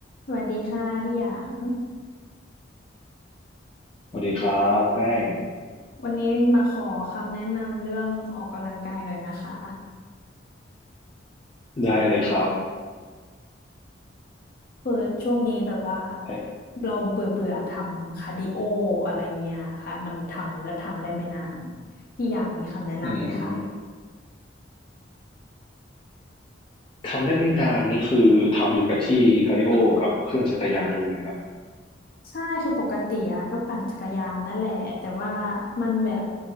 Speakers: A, on the left (about 50°); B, on the left (about 25°).
A: สวัสดีค่ะพี่หยาง
B: สวัสดีครับแป้ง
A: วันนี้มาขอคำแนะนำเรื่องออกกำลังกายหน่อยนะคะ
B: ได้เลยครับ
A: คือช่วงนี้แบบว่า
B: ไอ้
A: เราเบื่อเบื่อทำคาร์ดิโออะไรเงี้ยค่ะมันทำและทำได้ไม่นานพี่หยางมีคำแนะนำไหมคะ
B: อืมทำได้ไม่นานนี่คือทำอยู่กับที่คาร์ดิโอกับเครื่องจักรยานดูไหมครับ
A: ใช่คือปกติอะก็ปั่นจักรยานนั่นแหละแต่ว่ามันแบบ